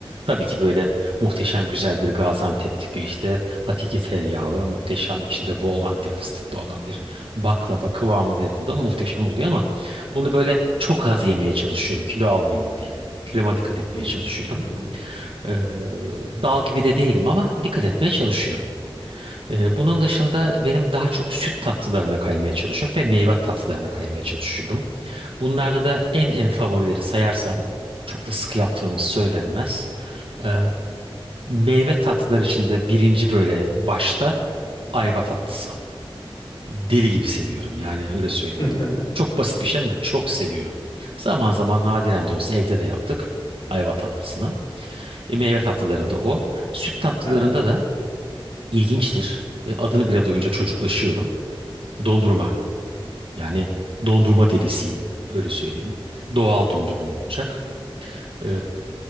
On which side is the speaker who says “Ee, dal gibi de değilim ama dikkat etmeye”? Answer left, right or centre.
Right